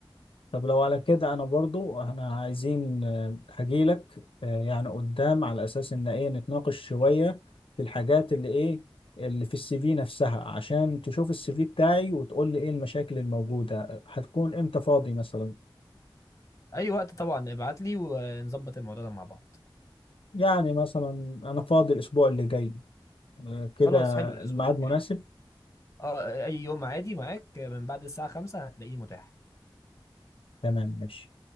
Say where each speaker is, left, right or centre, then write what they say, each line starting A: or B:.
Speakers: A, on the left; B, on the left.
A: طب لو على كده انا برضو احنا عايزين آه، هجيلك آه، يعني قدام على اساس ان ايه نتناقش شوية في الحاجات اللي ايه اللي في السي في نفسها عشان تشوف السي في بتاعي وتقول لي ايه المشاكل الموجودة هتكون امتى فاضي مثلا
B: اي وقت طبعا ابعت لي ونظبط الموضوع ده مع بعض
A: يعني مثلا أنا فاضي الأسبوع اللي جاي آه، كده
B: خلاص حلو الاسبوع
A: الميعاد
B: الجاي
A: مناسب
B: اه اي يوم عادي معاك من بعد الساعة 5 هتلاقيه متاح
A: تمام ماشي